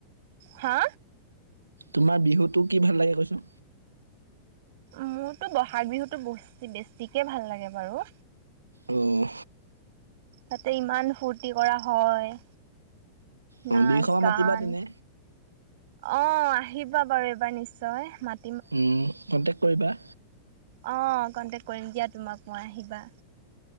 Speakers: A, on the right; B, on the right.
A: হা?
B: তোমাৰ বিহুটো কি ভাল লাগে কৈছো?
A: মোৰতো বহাগ বিহুতো ব বেছিকে ভাল লাগে বাৰু।
B: অহ।
A: তাতে ইমান ফূৰ্তি কৰা হয়।
B: অ
A: নাচ
B: বিৰখমা
A: গান।
B: মাতিবা তেনে
A: অঁ আহিবা বাৰু এইবাৰ নিশ্চয়। মাত
B: উম কণ্টেক্ট কৰিবা।
A: অঁ কণ্টেক্ট কৰিম দিয়া তোমাক মই আহিবা।